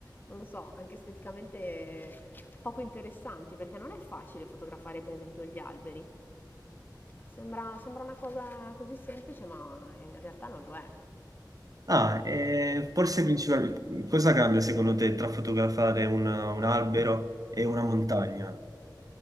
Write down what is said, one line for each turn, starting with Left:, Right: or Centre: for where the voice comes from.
Left: non lo so, anche esteticamente poco interessanti perché non è facile fotografare per esempio gli alberi. Sembra, sembra una cosa così semplice, ma in realtà non lo è.
Right: Ah, eh, forse principalmente cosa cambia secondo te tra fotografare un, un albero e una montagna?